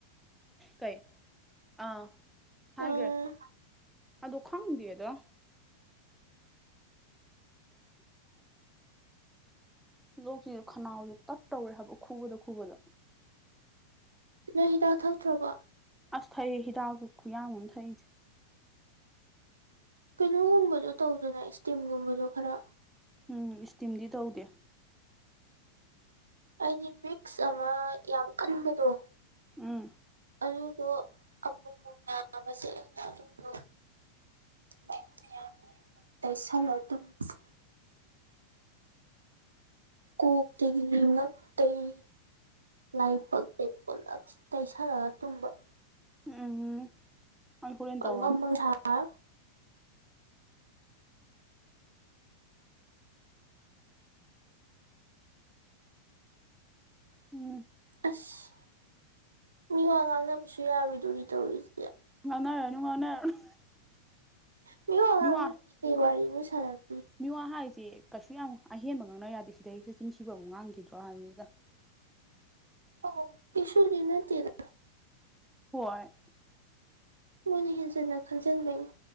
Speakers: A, in the centre; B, on the right.
A: ꯀꯩ ꯑꯥ ꯍꯥꯏꯒ꯭ꯔꯦ
B: ꯎꯝ
A: ꯑꯗꯣ ꯈꯪꯗꯦꯗ ꯂꯣꯛꯁꯤꯁꯨ ꯈꯅꯥꯎꯁꯦ ꯇꯠ ꯇꯧꯔꯦ ꯍꯥꯏꯕ ꯈꯨꯕꯗ ꯈꯨꯕꯗ
B: ꯅꯪ ꯍꯤꯗꯥꯛ ꯊꯛꯇ꯭ꯔꯕꯣ
A: ꯑꯁ ꯊꯩꯏ ꯍꯤꯗꯥꯛꯁꯨ ꯈꯨꯌꯥꯝ ꯑꯃ ꯊꯛꯏꯁꯦ꯫
B: ꯀꯩꯅꯣꯒꯨꯝꯕꯗꯣ ꯇꯧꯗꯅ ꯏꯁꯇꯤꯝꯒꯨꯝꯕꯗꯣ ꯈꯔ꯫
A: ꯎꯝ ꯏꯁꯇꯤꯝꯗꯤ ꯇꯧꯗꯦ꯫
B: ꯑꯩꯒꯤ ꯕꯤꯛꯁ ꯑꯃ ꯌꯥꯝ ꯀꯟꯕꯗꯣ?
A: ꯎꯝ
B: ꯑꯗꯨꯗꯣ <unintelligible> ꯑꯗꯨꯗꯣ ꯃꯌꯥꯝ-ꯃꯌꯥꯝꯅꯤ ꯑꯩꯅ ꯇꯩꯁꯜꯂꯒ ꯇꯨꯝꯃꯤꯁꯦ꯫ ꯀꯣꯛꯇꯒꯤ ꯉꯛꯇꯒꯤ꯫ ꯂꯥꯏ ꯄꯛꯇ ꯄꯨꯂꯞ ꯇꯩꯁꯔꯒ ꯇꯨꯝꯕ꯫
A: ꯎꯝ ꯑꯩ ꯍꯣꯔꯦꯟ
B: ꯄꯪ-ꯄꯪ
A: ꯇꯧꯔꯅꯤ
B: ꯁꯔ
A: ꯎꯝ
B: ꯑꯁ ꯃꯤꯋꯥ ꯉꯥꯡꯅꯕꯁꯨ ꯌꯥꯔꯨꯗꯣꯔꯤ ꯇꯧꯔꯤꯁꯦ꯫
A: ꯉꯥꯡꯅꯔꯅꯨ ꯉꯥꯡꯅꯔꯅꯨ
B: ꯃꯤꯉꯥꯡꯅ
A: ꯃꯤꯋꯥ
B: ꯀꯩ ꯋꯥꯔꯤꯅꯣ ꯁꯥꯗꯣꯢꯁꯦ
A: ꯃꯤꯋꯥ ꯍꯥꯏꯁꯦ ꯀꯩꯁꯨ ꯌꯥꯝ ꯑꯍꯦꯟꯕ ꯉꯥꯡꯅꯕ ꯌꯥꯗꯦ ꯁꯤꯗꯩꯁꯨꯦ ꯆꯤꯟꯁꯤꯕ ꯑꯃꯨꯛ ꯉꯥꯡꯈꯤꯗ꯭ꯔꯣ ꯍꯥꯏꯕꯅꯤꯗ
B: ꯑꯣ ꯀꯁꯨ ꯂꯤꯅꯠꯇꯦꯗ
A: ꯍꯣꯏ
B: ꯃꯣꯏꯅ ꯍꯦꯟꯖꯟꯅ ꯈꯟꯖꯤꯟꯕꯅꯤ